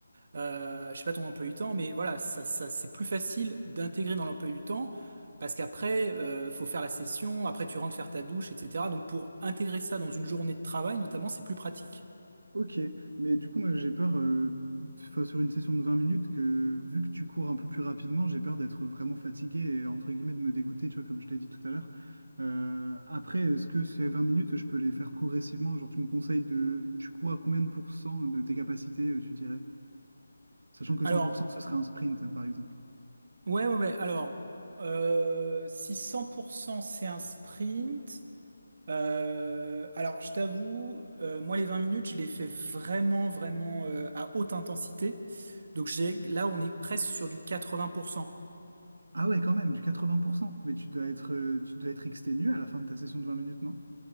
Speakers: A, on the right (about 45°); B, on the right (about 70°).
A: euh, je sais pas ton emploi du temps, mais voilà, ça, ça, c'est plus facile d'intégrer dans l'emploi du temps parce qu'après, euh, faut faire la session, après tu rentres faire ta douche, etc. Donc pour intégrer ça dans une journée de travail, notamment, c'est plus pratique.
B: Ok, mais du coup, moi, j'ai peur, euh, enfin, sur une session de 20 minutes, que vu que tu cours un peu plus rapidement, j'ai peur d'être vraiment fatigué et entre guillemets de me dégoûter, tu vois, comme je t'ai dit tout à l'heure. Euh, après, est-ce que ces 20 minutes, je peux les faire progressivement? Genre, tu me conseilles de... Tu cours à combien de pourcents de tes capacités, euh, tu dirais? Sachant que
A: Alors,
B: 100%, ce serait un sprint, hein, par exemple.
A: ouais, ouais, ouais. Alors, euh, si 100% c'est un sprint. Euh, alors, je t'avoue, euh, moi, les 20 minutes, je les fais vraiment, vraiment euh, à haute intensité. Donc, j'ai, là, on est presque sur du 80%.
B: Ah ouais, quand même, du 80%. Mais tu dois être, euh, tu dois être exténué à la fin de ta session de 20 minutes, non?